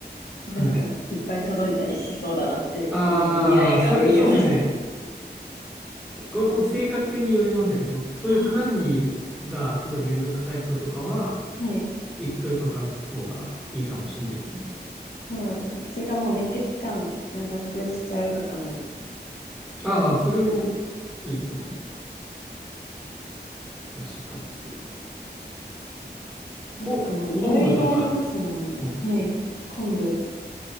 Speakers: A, in the centre; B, on the left.
A: はい。
B: なんかいっぱい届いたりしそうだなって今未来が見えました。
A: ああ、それ、そうですね。これも性格によりますね。その、
B: <laughs>
A: そういう管理がすごいめんどくさい人とかは、
B: はい、
A: 一個一個書く方がいいかもしれないですね。
B: そうですね。それかもうめっちゃ期間長くしちゃうとかも
A: ああ、
B: ありですね。
A: それもいいと思います。ダッシュパック。
B: パックもいろいろありますもんね。
A: こ、昆布とか、はい。
B: はい。昆布。